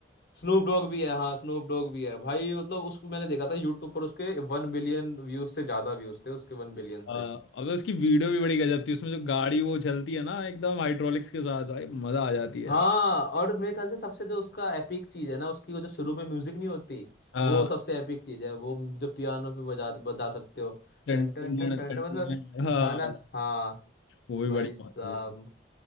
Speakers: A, on the left (about 55°); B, on the left (about 75°).
A: स्नूप डॉग भी है हाँ स्नूप डॉग भी है भाई मतलब उसको मैंने देखा था यूट्यूब पर उसके वन बिलियन व्यूज से ज्यादा व्यूज थे उसके वन बिलियन
B: अब
A: से
B: तो उसकी वीडियो भी बड़ी गजब थी उसमें जो गाड़ी वो चलती है ना एकदम हाइड्रोलिक्स के साथ भाई मजा आ जाती है
A: हाँ
B: यार
A: और मेरे ख्याल से सबसे जो उसका एपिक चीज है ना उसकी वो जो शुरू में म्यूजिक नहीं होती
B: हाँ
A: वो सबसे एपिक चीज है वो जो पियानो पे बजा बजा सकते हो
B: टन-
A: टन टन
B: टन-
A: टन
B: टन-
A: टन
B: टन-
A: टन मतलब
B: टन- हाँ
A: हाँ ना हाँ
B: वो भी
A: भाई
B: बढ़िया
A: साहब
B: बात